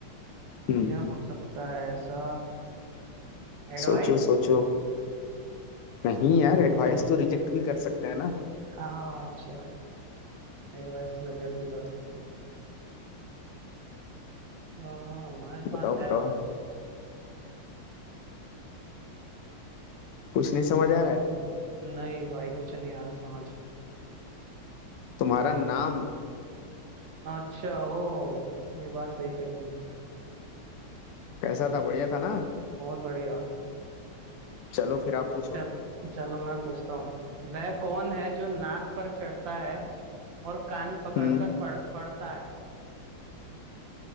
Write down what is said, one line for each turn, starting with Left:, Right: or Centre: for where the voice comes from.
Left: हम्म
Right: क्या हो सकता है ऐसा एडवाइस
Left: सोचो सोचो नहीं यार एडवाइस तो रिजेक्ट भी कर सकते हैं ना
Right: हाँ अच्छा एडवाइस तो रिजेक्ट भी कर सकते हैं आ, हमारे पास
Left: बताओ
Right: है
Left: बताओ
Right: ऐसा?
Left: कुछ नहीं समझ आ रहा है
Right: नहीं भाई कुछ नहीं आ रहा समझ
Left: तुम्हारा नाम
Right: अच्छा ओ ये बात सही कही तुमने
Left: कैसा था बढ़िया था ना
Right: बहुत बढ़िया
Left: चलो फिर आप पूछो
Right: चल चलो मैं पूछता हूँ वह कौन है जो नाक पर चढ़ता है और कान पकड़कर
Left: हम्म
Right: पढ़ पढ़ता है